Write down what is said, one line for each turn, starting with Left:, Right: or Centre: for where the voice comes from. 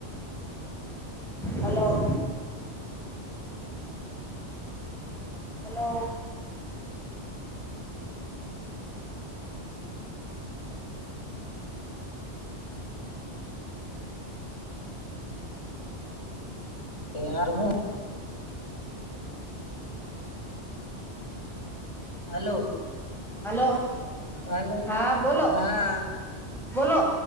Centre: હલો. હલો!
Left: તે હાર હું હલો!
Centre: હલો!
Left: હલો
Centre: હા, બોલો.
Left: હા
Centre: બોલો.